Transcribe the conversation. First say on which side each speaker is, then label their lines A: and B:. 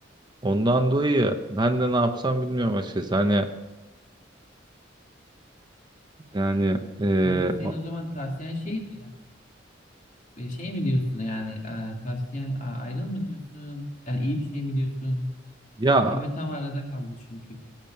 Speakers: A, on the right (about 25°); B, on the left (about 40°).
A: Ondan dolayı ben de ne yapsam bilmiyorum açıkçası.
B: O zaman
A: Hani yani eee,
B: kanka senin
A: a-
B: o zaman tavsiyen şey mi ya? E, Şey mi diyorsun yani e, tavsiyen a- ayrıl mı diyorsun? Yani iyi bir şey mi diyorsun?
A: ya
B: Ben ve tam arada kaldı çünkü.